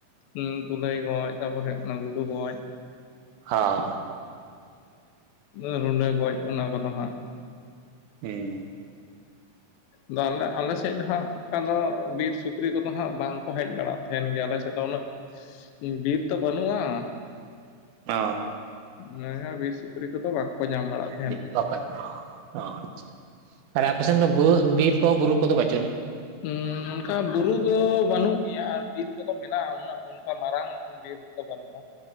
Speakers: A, on the left; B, on the right.
A: ᱩᱸ ᱠᱩᱞᱟᱹᱭ ᱜᱚᱡ ᱛᱟᱯᱚᱨᱮ ᱦᱩᱭᱩᱜ ᱠᱟᱱᱟ ᱜᱩᱰᱩ ᱜᱚᱡ᱾
B: ᱦᱚᱸ
A: ᱟᱨᱟᱸ ᱨᱩᱸᱰᱟᱹ ᱜᱚᱡ ᱚᱱᱟ ᱠᱚᱫᱚ ᱦᱟᱸᱜ᱾
B: ᱦᱩᱸ
A: ᱫᱚ ᱟᱞᱮ ᱟᱞᱮ ᱥᱮᱜ ᱫᱚ ᱦᱟᱸᱜ ᱚᱝᱠᱟ ᱫᱚ ᱵᱤᱨ ᱥᱩᱠᱨᱤ ᱠᱚᱫᱚ ᱦᱟᱸᱜ ᱵᱟᱝᱠᱚ ᱦᱮᱡ ᱵᱟᱲᱟᱜ ᱛᱟᱦᱮᱱ ᱜᱮᱭᱟ ᱟᱞᱮ ᱥᱮᱜ ᱫᱚ ᱩᱱᱟᱹᱜ ᱵᱤᱨ ᱛᱚ ᱵᱟᱹᱱᱩᱜᱼᱟ᱾
B: ᱚᱸ
A: ᱚᱱᱟ ᱜᱮ ᱵᱤᱨ ᱥᱩᱠᱨᱤ ᱠᱚᱫᱚ ᱵᱟᱝᱠᱚ ᱧᱟᱢ ᱵᱟᱲᱟᱜᱼᱟ᱾
B: <unintelligible> ᱚ ᱟᱪᱪᱷᱟ ᱟᱨ ᱟᱯᱮ ᱥᱮᱱ ᱫᱚ ᱵᱩ ᱵᱤᱨ ᱠᱚ ᱵᱩᱨᱩ ᱠᱚᱫᱚ ᱵᱟᱹᱪᱩᱜ ᱟᱹᱱᱤᱡ?
A: ᱩᱸ ᱚᱝᱠᱟ ᱵᱩᱨᱩ ᱫᱚ ᱵᱟᱹᱱᱩᱜ ᱜᱮᱭᱟ, ᱟᱨ ᱵᱤᱨ ᱠᱚᱫᱚ ᱢᱮᱱᱟᱜᱼᱟ ᱩᱱᱟᱹᱜ ᱚᱱᱠᱟ ᱢᱟᱨᱟᱝ ᱵᱤᱨ ᱫᱚ ᱵᱟᱹᱱᱩᱜᱼᱟ,